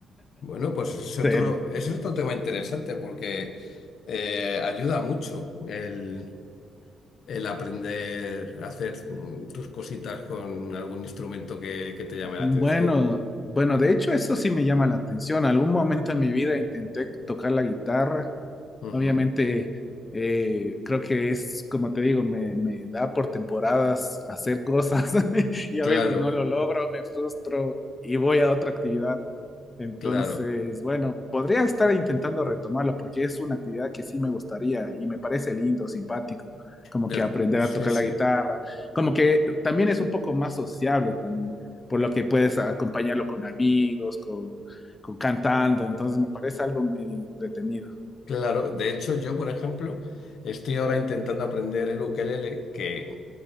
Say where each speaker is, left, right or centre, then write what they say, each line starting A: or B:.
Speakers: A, on the left; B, on the left.
A: Bueno, pues es otro,
B: Cero.
A: es otro tema interesante porque eh, ayuda mucho el, el aprender a hacer mm, tus cositas con algún instrumento que, que te llame
B: Bueno,
A: la atención.
B: bueno, de hecho eso sí me llama la atención. Algún momento en mi vida intenté tocar la guitarra,
A: Ujú.
B: Obviamente, eh, creo que es, como te digo, me, me da por temporadas hacer cosas <laughs> y a
A: Claro,
B: veces no lo logro, me frustro y voy a otra actividad. Entonces,
A: claro.
B: bueno, podría estar intentando retomarlo porque es una actividad que sí me gustaría y me parece lindo, simpático, como
A: Des-
B: que aprender
A: sí,
B: a tocar
A: sí.
B: la guitarra, como que también es un poco más sociable también, por lo que puedes acompañarlo con amigos, con, con cantando, entonces me parece algo medio entretenido.
A: Claro, de hecho yo, por ejemplo, estoy ahora intentando aprender el ukelele, que,